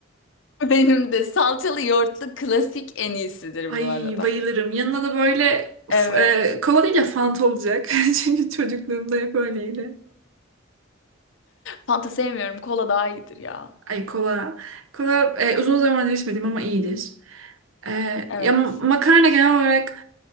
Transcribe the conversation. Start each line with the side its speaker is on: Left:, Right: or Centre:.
Left: <laughs> benim de salçalı yoğurtlu klasik en iyisidir
Right: Ay
Left: bu arada.
Right: bayılırım. Yanına da böyle f-
Left: Evet.
Right: e, kola değil de Fanta olacak. <laughs> Çünkü çocukluğumda hep öyleydi.
Left: Fanta sevmiyorum. Kola daha iyidir ya.
Right: Ay kola. Kola e, uzun zamandır içmedim ama iyidir. E,
Left: Evet.
Right: ya makarna genel olarak